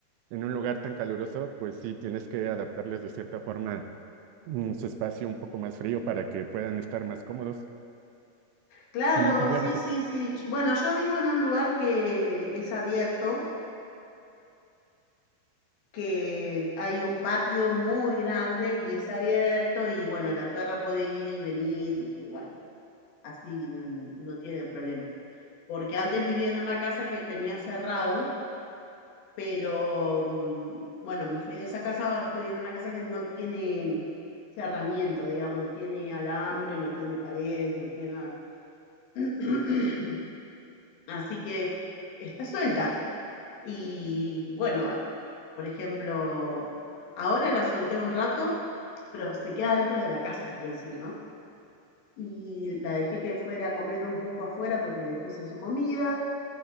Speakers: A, on the right; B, on the left.
A: en un lugar tan caluroso, pues sí, tienes que adaptarles de cierta forma mm, su espacio un poco más frío para que puedan estar más cómodos.
B: Claro,
A: Y, y bueno,
B: sí,
A: te,
B: sí, sí. Yo- Bueno, yo vivo en un lugar que es abierto que hay un patio muy grande y es abierto y bueno, la perra puede ir y venir y bueno, así n- no tiene problema. Porque antes vivía en una casa que tenía cerrado, pero mm, bueno, me fui de esa casa, ahora estoy en una casa que no tiene cerramiento, digamos, no tiene alambre, no tiene paredes, no tiene nada. <clears throat> Así que está suelta. Y bueno, por ejemplo, ahora la solté un rato, pero se queda dentro de la casa, quiero decir, ¿no? Y la dejé que fuera a comer un poco afuera porque le puse su comida,